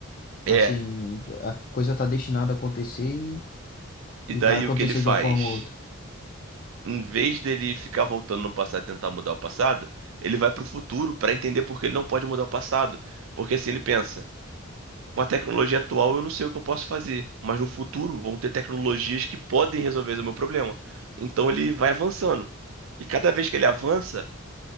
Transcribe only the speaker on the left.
Assim, a coisa tá destinada a acontecer e,
e
vai acontecer
de uma forma ou outra.